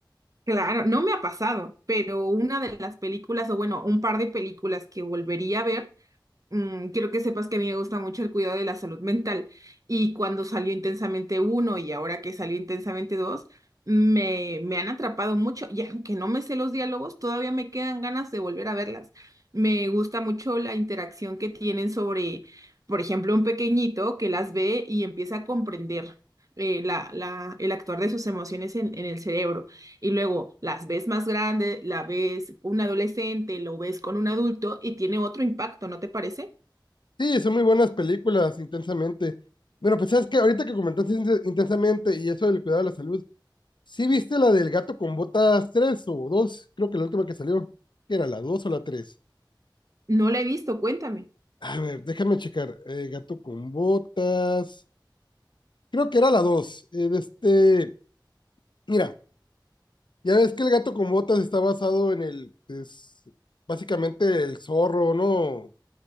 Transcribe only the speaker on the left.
Sí, son muy buenas películas, intensamente. Bueno, pues sabes que ahorita que comentaste Inten- intensamente y eso del cuidado de la salud, ¿sí viste la del gato con botas 3 o 2? Creo que la última que salió. ¿Qué era, la 2 o la tres.
A ver, déjame checar. Eh, gato con botas. Creo que era la 2. Eh, de este, mira, ya ves que el gato con botas está basado en el, es básicamente el zorro, ¿no?